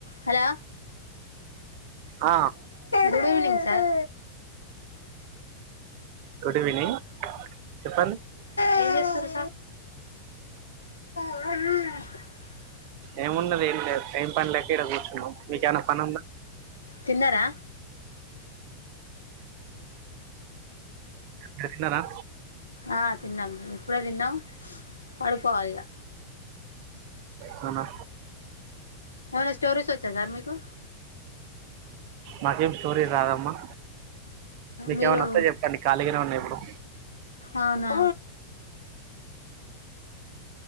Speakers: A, on the left; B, on the right.
A: Hello
B: ఆ
A: good evening sir
B: good evening చెప్పండి
A: ఏం చేస్తుర్రు అ
B: ఏమున్నది ఏం లేదు ఏం పని లేక ఈడ కూర్చున్నాం మీకేమన్న పని ఉందా
A: తిన్నారా
B: చెప్పినారా
A: ఆ తిన్నాం ఇప్పుడే తిన్నాం పడుకోవాలి ఇగ
B: అవునా
A: ఏమైనా స్టోరీస్ వచ్చా సార్ మీకు
B: మాకేం స్టోరీ రాదమ్మా మీకేమైనా
A: మీరు
B: వస్తే చెప్పండి ఖాళీగానే ఉన్నా ఇప్పుడు
A: అవునా